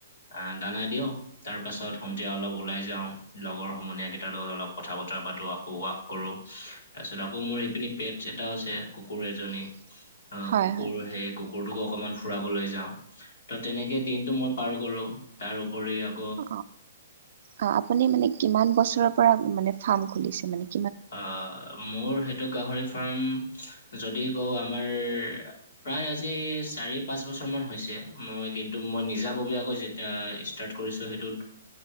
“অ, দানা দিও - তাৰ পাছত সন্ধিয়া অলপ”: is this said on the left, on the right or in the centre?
Left